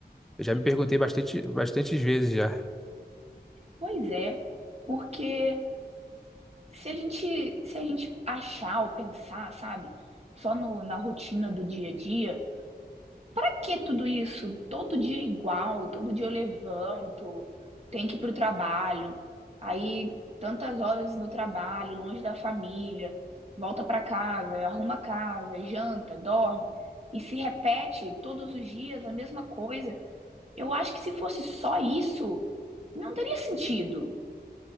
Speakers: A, in the centre; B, on the right.
A: Eu já me perguntei bastante, bastantes vezes já.
B: Pois é, porque se a gente se a gente achar ou pensar, sabe, só no, na rotina do dia a dia Pra que tudo isso? Todo dia é igual, todo dia eu levanto, tenho que ir pro trabalho, aí tantas horas no trabalho, longe da família, volta pra casa, arruma a casa, janta, dorme, e se repete todos os dias a mesma coisa. Eu acho que se fosse só isso, não teria sentido.